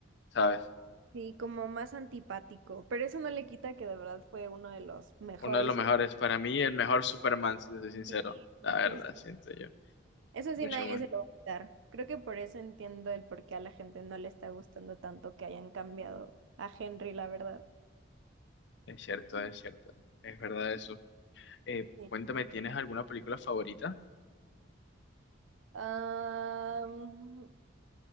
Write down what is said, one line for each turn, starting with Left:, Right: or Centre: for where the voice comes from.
Left: ¿sabes?
Right: sí, como más antipático, pero eso no le quita que de verdad fue uno de los mejores.
Left: Uno de los mejores, para mí el mejor Superman, si te soy sincero,
Right: Sí,
Left: la verdad,
Right: por eso,
Left: siento yo,
Right: eso
Left: mucho
Right: sí nadie
Left: más.
Right: se lo va a quitar. Creo que por eso entiendo el por qué a la gente no le está gustando tanto que hayan cambiado a Henry, la verdad.
Left: Es cierto, es cierto, es verdad eso. Eh,
Right: Sí.
Left: cuéntame, ¿tienes alguna película favorita?
Right: Am,